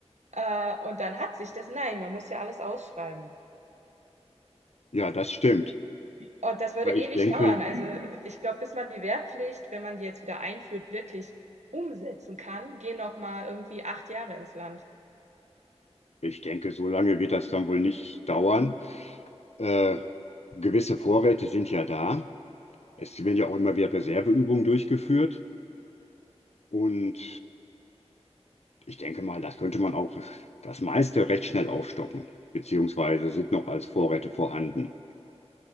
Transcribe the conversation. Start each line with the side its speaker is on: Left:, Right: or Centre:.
Right: äh, und dann hat sich das. Nein, man muss ja alles ausschreiben.
Left: ja, das stimmt.
Right: Und das würde
Left: Weil
Right: ewig
Left: ich denke,
Right: dauern. Also ich glaube, bis man die Wehrpflicht, wenn man die jetzt wieder einführt, wirklich umsetzen kann, gehen noch mal irgendwie acht Jahre ins Land.
Left: ich denke, so lange wird das dann wohl nicht dauern. Äh, gewisse Vorräte sind ja da. Es werden ja auch immer wieder Reserveübungen durchgeführt. Und ich denke mal, das könnte man auch das meiste recht schnell aufstocken, beziehungsweise sind noch als Vorräte vorhanden.